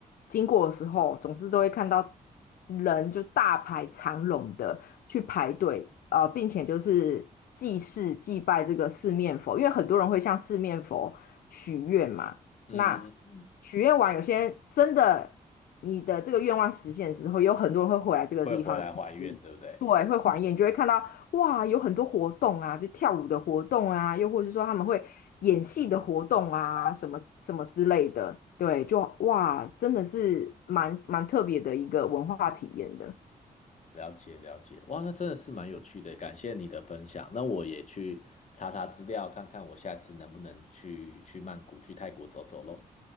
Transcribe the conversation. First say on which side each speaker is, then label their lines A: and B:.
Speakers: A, on the left; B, on the left.
A: 经过的时候，总是都会看到人就大排长龙的去排队，呃，并且就是祭祀祭拜这个四面佛，因为很多人会向四面佛许愿嘛。
B: 嗯嗯嗯，
A: 那许愿完，有些人真的你的这个愿望实现之后，有很多人会回来这个地方，
B: 会回来还愿，
A: 嗯对，
B: 对不对？
A: 会还愿，你就会看到哇，有很多活动啊，比如跳舞的活动啊，又或者是说他们会演戏的活动啊，什么什么之类的，对，就哇，真的是蛮蛮特别的一个文化体验的。
B: 了解了解，哇，那真的是蛮有趣的，感谢你的分享。那我也去查查资料，看看我下次能不能去去曼谷、去泰国走走喽。